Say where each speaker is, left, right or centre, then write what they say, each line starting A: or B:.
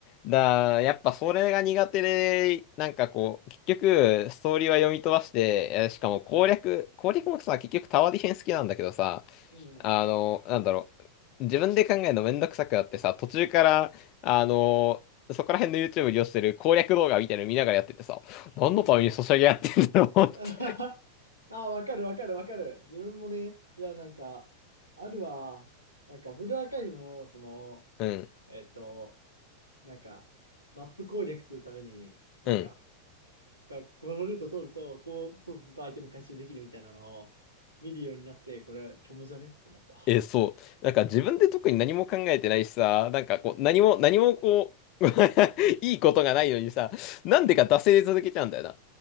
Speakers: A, on the left (about 40°); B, on the right (about 85°).
A: だ、やっぱそれが苦手で、なんかこう、結局、ストーリーは読み飛ばして、えしかも攻略、
B: うん。
A: 攻略もさ、結局タワーディフェンス好きなんだけどさ、
B: うん、
A: あの、なんだろう、自分で考えるのめんどくさくなってさ、途中から、あの、そこら辺の YouTube に利用してる攻略動画みたいなの見ながらやっててさ、何のためにソシャゲやってんだろうって。
B: うん。<laughs> うんああ、わかるわかるわかる。自分もね、いや、なんか、あるわ。なんか、ブルーアーカイブも、その、
A: うん、
B: えっと、なんか、マップ攻略するために、なんか、
A: うん。
B: こここのルート通ると、こう、そうするとアイテム回収できるみたいなのを見るようになって、これ、虚無じゃねってなった。
A: え、そう。なんか自分で特に何も考えてないしさ、なんかこう、
B: うん。
A: 何も、何もこう、<laughs> いいことがないのにさ、なんでか惰性で続けちゃうんだよな。
B: うん。